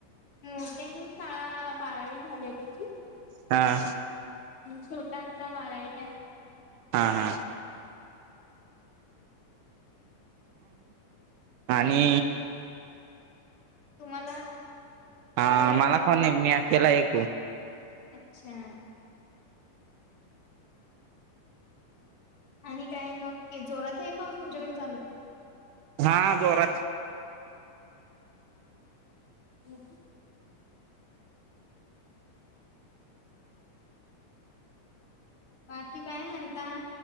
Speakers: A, on the left; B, on the right.
A: ् त्यांनी शाळा बारावी झालेली.
B: हा
A: छोटा आता बारावीला.
B: हा हा आणि
A: तुम्हाला
B: हा
A: बहीण
B: मला
A: भाऊ
B: कोण नाही मी अकेला एकदम.
A: अच्छा! आणि काय मग जोरात आहे पाऊस तुमच्याकडे चालू?
B: हा जोरात.
A: हम ह बाकी काय म्हणता?